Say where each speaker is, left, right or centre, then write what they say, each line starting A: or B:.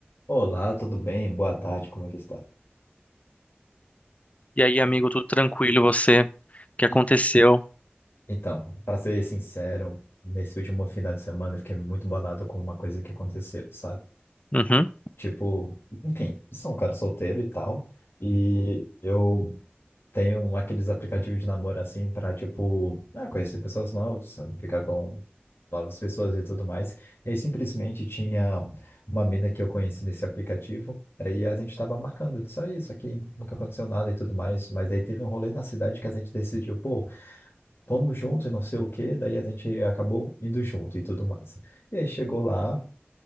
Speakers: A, on the left; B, on the left.
A: Olá, tudo bem? Boa tarde, como é que está?
B: E aí, amigo, tudo tranquilo, você? O que
A: En-
B: aconteceu?
A: Então, para ser sincero, nesse último final de semana eu fiquei muito bolado com uma coisa que aconteceu, sabe?
B: Uhum.
A: Tipo, enfim, eu sou um cara solteiro e tal, e eu Tem um, aqueles aplicativos de namoro assim para tipo, ah, conhecer pessoas novas, ficar com novas pessoas e tudo mais. E aí simplesmente tinha uma mina que eu conheci nesse aplicativo. Aí a gente tava marcando de sair, só que nunca aconteceu nada e tudo mais. Mas aí teve um rolê na cidade que a gente decidiu, pô, vamos junto e não sei o quê. Daí a gente acabou indo junto e tudo mais. E aí chegou lá.